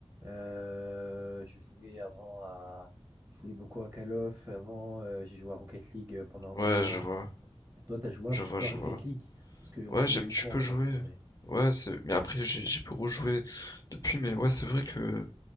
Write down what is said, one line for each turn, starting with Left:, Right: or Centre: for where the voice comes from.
Right: Euh, je jouais avant à. Je jouais beaucoup à Call of avant, euh, j'ai joué à Rocket League euh, pendant un
Left: Ouais,
Right: moment.
Left: je vois,
Right: Toi, t'as joué un
Left: je
Right: petit
Left: vois,
Right: peu
Left: je
Right: à Rocket
Left: vois.
Right: League, parce qu'on
Left: Ouais,
Right: jouait
Left: j'aime
Right: beaucoup
Left: tu peux
Right: ensemble,
Left: jouer.
Right: c'est vrai.
Left: Ouais, c'est mais après j'ai j'ai pu rejouer depuis, mais ouais, c'est vrai que